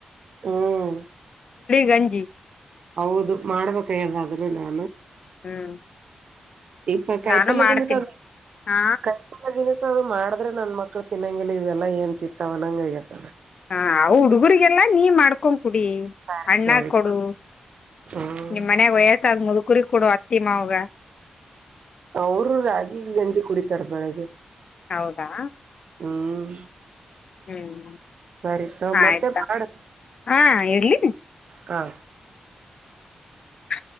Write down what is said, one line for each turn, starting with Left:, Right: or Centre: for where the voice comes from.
Right: ಹ್ಮ
Left: ಗಂಜಿ
Right: ಹೌದು ಮಾಡ್ಬೇಕ ಇರ್ದಾದ್ರೆ ನಾನು
Left: ಹ್ಮ್
Right: ಇ ಕಾಯಿಪಲ್ಲೆ
Left: ನಾನು ಮಾಡ್ತೀನಿ
Right: ದಿನಸ ಅ
Left: ಹಾ
Right: ಕಾಯಲ್ಲ ದಿನಸ ಅದು ಮಾಡ್ರ ನನ್ ಮಕ್ಳು ತಿನ್ನಂಗಿಲ್ಲ ಇವೆಲ್ಲ ಏನ್ ತಿತ್ತವನಂಗ ಆಗೆದ್
Left: ಹ ಅವ ಹುಡುಗರ್ರಿಗೆಲ್ಲಾ ನೀ ಮಾಡ್ಕೊ ಕುಡಿ
Right: ಸರಿ
Left: ಅಣ್ಣ
Right: ಸರಿ
Left: ಕೊಡು
Right: ಹ್ಮ್
Left: ನಿಮ್ ಮನಾಗ ವಯಸ್ಸಾದ ಮುದುಕೂರಿ ಕೊಡ ಅತ್ತೀಮವುಗ
Right: ಅವರು ರಾಗಿ ಗಂಜಿ ಕುಡಿತಾರ ಬೆಳಗ್ಗೆ
Left: ಹೌದಾ
Right: ಹ್ಮ್
Left: ಹ್ಮ್
Right: ಸರಿ ತಗೋ
Left: ಆಯ್ತಾ
Right: ಮತ್ತೆ ಮಾಡು
Left: ಹಾ ಇರ್ಲಿ
Right: ಹಾ
Left: ಹ